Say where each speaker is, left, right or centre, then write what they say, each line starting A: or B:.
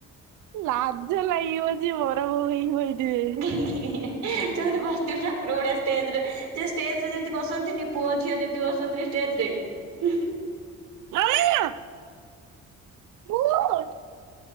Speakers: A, on the right; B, on the right.
A: ଲାଜଲାଗିବ। ଯିଏ ବର ବୋଉ ହେଇକି ବଇଥିବେ।
B: ସେମାନେ ବସିଥିଵେ ଠାକୁର ଭଳିଆ ଷ୍ଟେଜେରେ ଯେ ଷ୍ଟେଜେ ରେ ଯେମିତି ବସନ୍ତିନେହି। ପୁଅ ଝିଅ ଯେମିତି ବସନ୍ତିନେହିଁ ଷ୍ଟେଜେ ରେ ଉଁ ହୁଁ।
A: ଆମେ ନାଁ? ଭୁ ହଁ